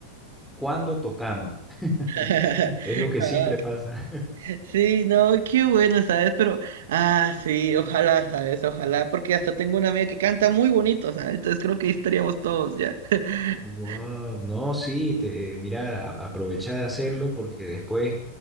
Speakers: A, in the centre; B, on the right (about 60°).
A: ¿Cuándo tocamos? <laughs>
B: <laughs>
A: Es lo que siempre pasa.
B: Sí, no, qué bueno, ¿sabes? Pero, ah, sí, ojalá, ¿sabes? Ojalá, porque hasta tengo una amiga que canta muy bonito, ¿sabes? Entonces creo que ahí estaríamos todos ya. <laughs>
A: Wow, no, sí, te- eh, mira, a- aprovecha de hacerlo porque después,